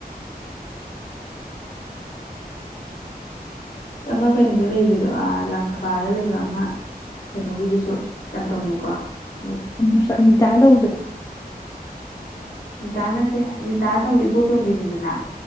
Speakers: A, on the left; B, on the left.
A: ꯑꯃ ꯀꯩꯅꯣꯗ ꯂꯩꯕꯗꯣ ꯂꯪꯈꯕꯥꯜꯗ ꯂꯩꯕ ꯑꯃ ꯀꯩꯅꯣꯒꯤꯗꯨꯁꯨ ꯌꯥꯝ ꯇꯧꯅꯩꯀꯣ ꯃꯣꯏ
B: ꯑꯃꯨꯛꯇꯥ ꯑꯅꯤ ꯇꯥꯛꯑꯩ ꯇꯧꯕꯗꯨꯔꯣ
A: ꯅꯤꯇ ꯅꯠꯇꯦ ꯅꯇꯥꯗꯝ ꯏꯕꯣꯇꯣꯝ ꯅꯤꯗꯅ